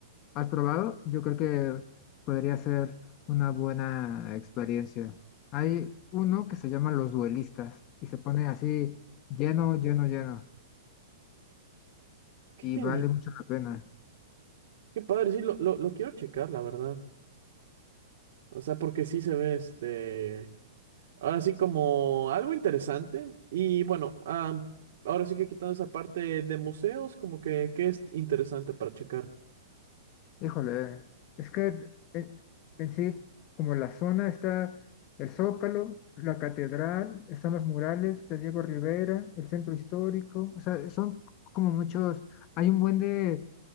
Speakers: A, on the left; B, on the right.
A: ¿Has probado? Yo creo que podría ser una buena experiencia. Hay uno que se llama Los Duelistas y se pone así lleno, lleno, lleno
B: Qué
A: y
B: genial.
A: vale mucho la pena.
B: Qué padre, sí, lo, lo, lo quiero checar, la verdad. O sea, porque sí se ve este. Ahora sí como algo interesante. Y bueno, ah, ahora sí que quitando esa parte de museos, como que, que es interesante para checar?
A: Híjole, es que en, en sí, como la zona está el Zócalo, la catedral, están los murales de Diego Rivera, el centro histórico, o sea, son como muchos, hay un buen de